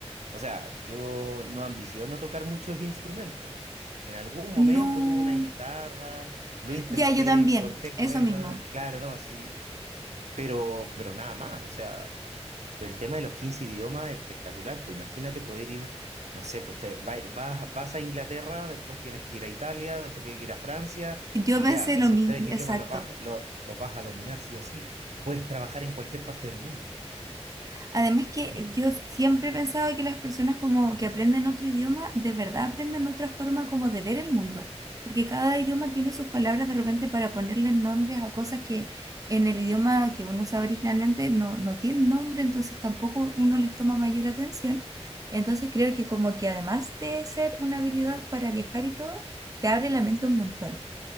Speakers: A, on the right (about 80°); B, on the right (about 30°).
A: O sea, yo no ambiciono tocar muchos instrumentos. En algún momento
B: No.
A: tuve una guitarra, lo intenté,
B: Ya, yo también,
A: corté
B: eso
A: cuerda,
B: mismo.
A: claro, no, sí, pero, pero nada más, o sea, pero el tema de los 15 idiomas es espectacular, pues imagínate poder ir, no sé, pues te- vai- vas, vas a Inglaterra, después tienes que ir a Italia, después tienes que ir a Francia,
B: Yo
A: y
B: pensé
A: ya, esos
B: lo mismo,
A: tres idiomas
B: exacto.
A: los vas, lo- los vas a dominar sí o sí. Puedes trabajar en cualquier parte del mundo.
B: Además que
A: Claro.
B: yo siempre he pensado que las personas como que aprenden otro idioma, de verdad aprenden otra forma como de ver el mundo, porque cada idioma tiene sus palabras de repente para ponerles nombres a cosas que en el idioma que uno sabe originalmente no, no tienen nombre, entonces tampoco uno les toma mayor atención. Entonces creo que como que además de ser una habilidad para viajar y todo, te abre la mente un montón.